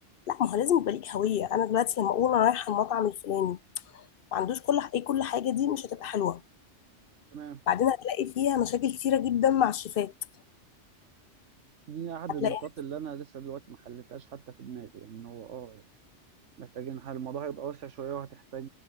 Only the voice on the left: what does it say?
لا ما هو لازم يبقى ليك هويه انا دلوقتي لما اقول انا رايحه المطعم الفلاني ما عندوش كل ايه كل حاجه دي مش هتبقى حلوه
بعدين هتلاقي فيها مشاكل كتيره جدا مع الشيفات
هتلاقي